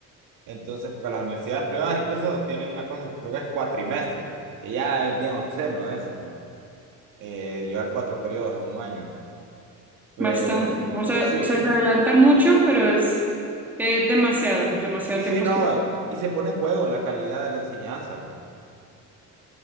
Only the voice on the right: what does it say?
entonces, porque las universidades privadas incluso tienen una cosa que creo que es cuatrimestre, que ya es bien obsceno eso, pues, eh, llevar cuatro periodos en un año. Pero
sí,
sí,
no,
y se pone en juego la calidad de la enseñanza, pues,